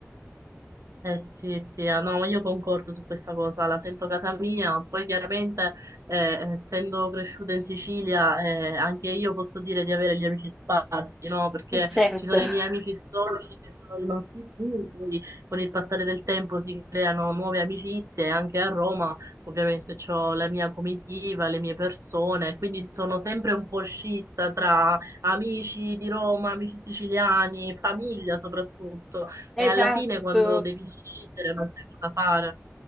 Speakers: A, on the right; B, in the centre.
A: Eh sì, sì, ah, no, io concordo su questa cosa, la sento casa mia, poi chiaramente eh, essendo cresciuta in Sicilia eh, anche io posso dire di avere gli amici sparsi, no? Perché
B: E certo,
A: ci sono i miei
B: <laughs>
A: amici storici che sono rimasti giù, poi con il passare del tempo si creano nuove amicizie, e anche a Roma ovviamente ho la mia comitiva, le mie persone, quindi sono sempre un po' scissa tra amici di Roma, amici siciliani, famiglia soprattutto. E
B: esatto.
A: alla fine quando devi scegliere non sai cosa fare.